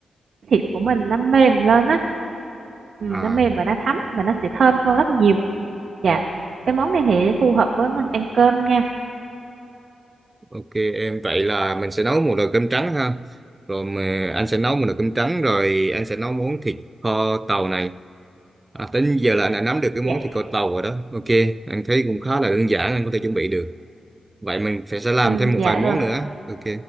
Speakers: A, on the right (about 65°); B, on the right (about 25°).
A: thịt của mình nó mềm lên á ừ, nó
B: à
A: mềm và nó thấm và nó sẽ thơm hơn rất là nhiều dạ cái món này thì phù hợp với mình ăn cơm nha
B: Ok em vậy là mình sẽ nấu một nồi cơm trắng ha. Rồi mà anh sẽ nấu một nồi cơm trắng rồi anh sẽ nấu món thịt kho tàu này. À, tính giờ là anh đã nắm được cái món
A: dạ
B: thịt kho tàu rồi đó. Ok, anh thấy cũng khá là đơn giản anh có thể chuẩn bị được. Vậy mình phải sẽ làm
A: ừ,
B: thêm một
A: dạ
B: vài món
A: rồi
B: nữa. Ok.